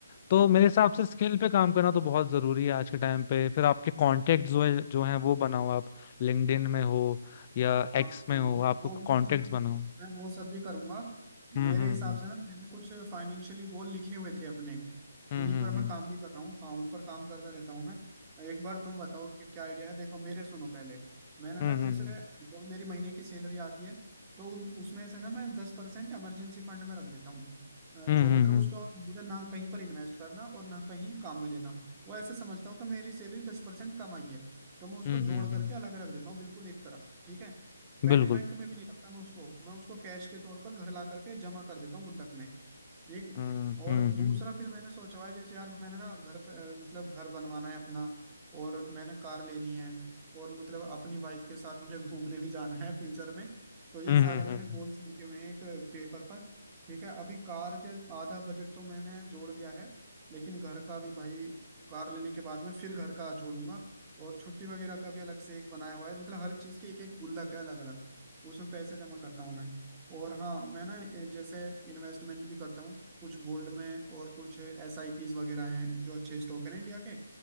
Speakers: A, on the left; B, on the right.
A: तो मेरे हिसाब से स्किल पे काम करना तो बहुत जरूरी है आज के टाइम पे फिर आपके कॉन्टेक्ट जो है जो हैं वो बनाओ आप लिंक्डइन में हो या
B: हाँ
A: एक्स में
B: वो
A: हो आप
B: वो भी
A: कॉन्टेक्ट
B: सब
A: बनाओ
B: मैं वो सब भी करूंगा
A: हम्म
B: मेरे
A: हम्म
B: हिसाब से ना मैंने कुछ फाइनेंशियली गोल लिखे हुए थे अपने
A: हम्म
B: उन्हीं
A: हम्म
B: पर मैं काम भी कर रहा हूँ हाँ उन पर काम करता रहता हूँ मैं एक बार तुम बताओ कि क्या आइडिया है देखो मेरे सुनो पहले मैंने
A: हम्म
B: ना जैसे
A: हम्म
B: जो मेरी महीने की सैलरी आती है तो उन- उसमें से ना मैं दस परसेंट इमरजेंसी फंड में रख देता हूँ अ,
A: हम्म
B: जो
A: हम्म
B: मतलब
A: हम्म
B: उसको मुझे ना कहीं पर इन्वेस्ट करना और ना कहीं काम में लेना वो ऐसे समझता हूँ कि मेरी सैलरी दस परसेंट कम आई है तो मैं उसको
A: हम्म हम्म
B: जोड़
A: हम्म हम्म,
B: करके
A: हम्म,
B: अलग रख देता हूँ बिल्कुल एक तरफ ठीक है बैंक
A: बिल्कुल
B: बैंक में भी नहीं रखता मैं उसको मैं उसको कैश के तौर पर घर ला करके जमा कर देता हूँ गुल्लक में ठीक
A: हम्म हम्म
B: और दूसरा
A: हम्म
B: फिर मैंने सोचा हुआ है जैसे यार मैंने ना घर पे, अ, मतलब घर बनवाना है अपना और मैंने कार लेनी है और मतलब अपनी वाइफ के साथ मुझे घूमने भी जाना है फ्यूचर में तो ये
A: हम्म
B: सारे
A: हम्म
B: मैंने
A: हम्म हम्म।
B: गोल्स लिखे हुए हैं एक पेपर पर ठीक है अभी कार के आधा बजट तो मैंने जोड़ दिया है लेकिन घर का भी भाई कार लेने के बाद में फिर घर का जोड़ूंगा और छुट्टी वगैरह का भी अलग से एक बनाया हुआ है मतलब हर चीज़ के एक एक गुल्लक है अलग अलग उसमें पैसे जमा करता हूँ मैं और हाँ मैं ना ए, जैसे इन्वेस्टमेंट भी करता हूँ कुछ गोल्ड में और कुछ एस आई पीज वगैरह हैं जो अच्छे स्टॉक हैं इंडिया के